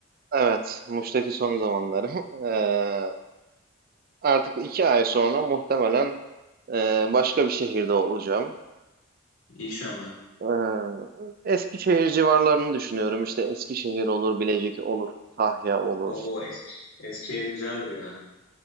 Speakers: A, on the right; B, on the left.
A: evet Muş'taki son zamanlarım. <laughs> Eee, artık iki ay sonra muhtemelen eee, başka bir şehirde olacağım.
B: İnşallah.
A: Eee Eskişehir civarlarını düşünüyorum. İşte Eskişehir olur, Bilecik olur, Tahya olur.
B: O eski, Eskişehir güzeldir ya.